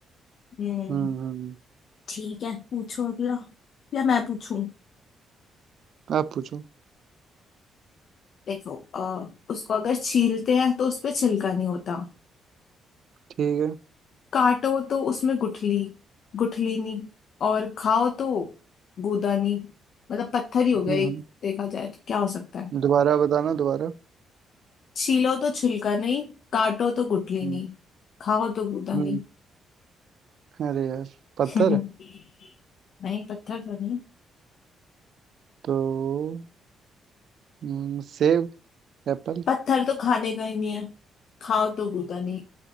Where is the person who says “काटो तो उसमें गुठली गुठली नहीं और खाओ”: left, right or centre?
Left